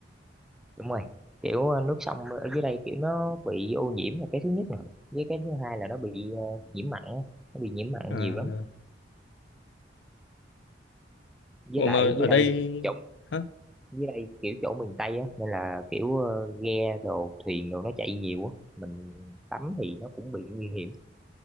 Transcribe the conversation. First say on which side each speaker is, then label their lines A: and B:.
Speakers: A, in the centre; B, on the left.
A: đúng rồi kiểu ờ, nước sông ở dưới đây kiểu nó bị ô nhiễm là cái thứ nhất nè với cái thứ hai là nó bị ờ, nhiễm mặn á. nó bị nhiễm mặn
B: à,
A: nhiều lắm với
B: ủa
A: lại
B: mà ở
A: dưới
B: đây
A: đây thì chỗ
B: hả
A: dưới đây kiểu chỗ miền Tây á nên là kiểu ờ, ghe đồ thuyền đồ nó chạy nhiều á mình tắm thì nó cũng bị nguy hiểm